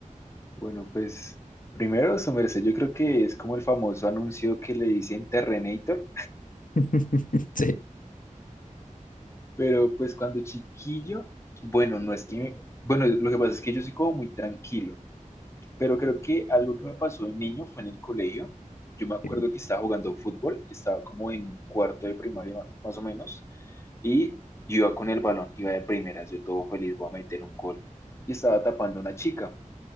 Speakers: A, on the left; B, on the left.
A: Bueno, pues primero, su merced, yo creo que es como el famoso anuncio que le dicen Terrenator,
B: <laughs> Sí.
A: pero pues cuando chiquillo, bueno, no es que, bueno, lo que pasa es que yo soy como muy tranquilo, pero creo que algo que me pasó de niño fue en el colegio. Yo me acuerdo
B: Ok.
A: que estaba jugando fútbol, estaba como en cuarto de primaria ma- más o menos, y yo iba con el balón, iba de primeras, yo todo feliz, voy a meter un gol, y estaba tapando a una chica.